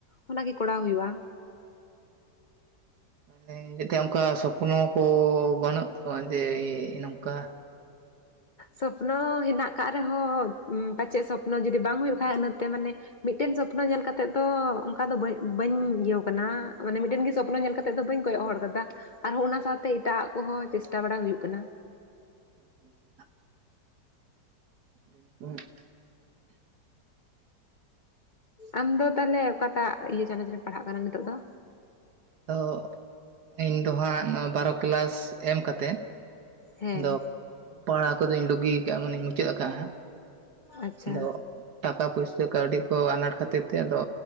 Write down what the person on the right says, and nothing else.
ᱢᱟᱱᱮ ᱡᱮᱛᱮ ᱚᱱᱠᱟ ᱥᱚᱯᱱᱚ ᱠᱚ ᱵᱟᱹᱱᱩᱜ ᱛᱟ ᱢᱟᱱᱮ ᱡᱮ ᱱᱚᱝᱠᱟ
<inaudible> <unintelligible>
ᱛᱚ ᱤᱧ ᱫᱚ ᱦᱟᱸᱜ ᱱᱚᱣᱟ ᱵᱟᱨᱚ ᱠᱤᱞᱟᱥ ᱮᱢ ᱠᱟᱛᱮ
ᱟᱫᱚ ᱯᱟᱲᱦᱟᱣ ᱠᱚᱫᱚᱧ ᱰᱩᱜᱤ ᱠᱟᱜᱼᱟ ᱢᱟᱱᱮᱧ ᱢᱩᱪᱟᱹᱫ ᱠᱟᱜᱼᱟ ᱦᱟᱸᱜ᱾
ᱟᱫᱚ ᱴᱟᱠᱟ ᱯᱩᱭᱥᱟᱹ ᱠᱟᱹᱣᱰᱤ ᱠᱚ ᱟᱱᱟᱴ ᱠᱷᱟᱹᱛᱤᱨ ᱛᱮ ᱟᱫᱚ